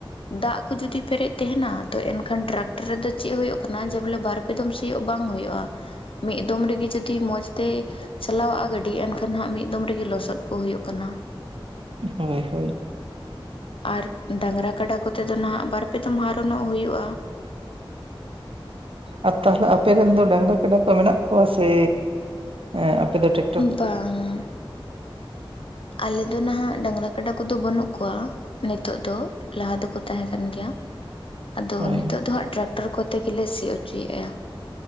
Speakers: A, on the left (about 75°); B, on the right (about 80°).
A: ᱫᱟᱜ ᱠᱚ ᱡᱩᱫᱤ ᱯᱮᱨᱮᱡ ᱛᱮᱦᱮᱱᱟ, ᱛᱚ ᱮᱱᱠᱷᱟᱱ ᱴᱨᱟᱠᱴᱟᱨ ᱨᱮᱫᱚ ᱪᱮᱫ ᱦᱩᱭᱩᱜ ᱠᱟᱱᱟ ᱡᱟᱵ ᱵᱚᱞᱮ ᱵᱟᱨ ᱫᱚᱢ ᱥᱤᱭᱳᱜ ᱵᱟᱝ ᱦᱩᱭᱩᱜᱼᱟ᱾
B: <inaudible>
A: ᱢᱤᱫ ᱫᱚᱢ ᱨᱮᱜᱮ ᱡᱩᱫᱤ ᱢᱚᱡᱽ ᱛᱮᱭ ᱪᱟᱞᱟᱜᱼᱟ ᱜᱟᱹᱰᱤ ᱮᱱᱠᱷᱟᱱ ᱦᱟᱸᱜ ᱢᱤᱫ ᱫᱚᱢ ᱨᱮᱜᱮ ᱞᱚᱥᱚᱫ ᱠᱚ ᱦᱩᱭᱩᱜ ᱠᱟᱱᱟ᱾
B: ᱦᱳᱭ ᱦᱳᱭ
A: ᱟᱨ ᱰᱟᱝᱨᱟ ᱠᱟᱰᱟ ᱠᱚᱛᱮ ᱫᱚ ᱱᱟᱦᱟᱜ ᱵᱟᱨ ᱯᱮ ᱫᱚᱢ ᱦᱟᱭᱨᱚᱱᱚᱜ ᱦᱩᱭᱩᱜᱼᱟ᱾
B: ᱟᱨ ᱛᱟᱦᱞᱮ ᱟᱯᱮ ᱨᱮᱱ ᱫᱚ ᱰᱟᱝᱨᱟ ᱠᱟᱰᱟ ᱠᱚ ᱢᱮᱱᱟᱜ ᱠᱚᱣᱟ ᱥᱮ ᱮᱸ ᱟᱯᱮ ᱫᱚ ᱴᱷᱮ
A: ᱵᱟᱝ ᱟᱞᱮ ᱫᱚ ᱱᱟᱦᱟᱜ ᱰᱟᱝᱨᱟ ᱠᱟᱰᱟ ᱠᱚᱫᱚ ᱵᱟᱹᱱᱩᱜ ᱠᱚᱣᱟ᱾ ᱱᱤᱛᱳᱜ ᱫᱚ, ᱞᱟᱦᱟ ᱫᱚᱠᱚ ᱛᱟᱦᱮᱸ ᱠᱟᱱ ᱜᱮᱭᱟ᱾ ᱟᱫᱚ
B: ᱦᱳᱭ
A: ᱱᱤᱛᱚᱜ
B: ᱦᱳᱭ
A: ᱫᱚ ᱦᱟᱸᱜ ᱴᱨᱟᱠᱴᱟᱨ ᱠᱚᱛᱮ ᱜᱮᱞᱮ ᱥᱤ ᱚᱪᱚᱭᱮᱜᱼᱟ᱾